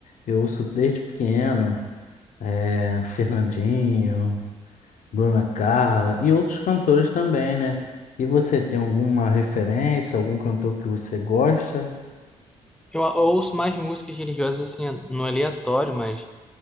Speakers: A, on the left (about 55°); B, in the centre.
A: eu ouço desde pequeno, é, Fernandinho, Bruna Carla e outros cantores também, né? E você tem alguma referência, algum cantor que você gosta?
B: Eu, eu ouço mais músicas religiosas, assim, no aleatório, mas.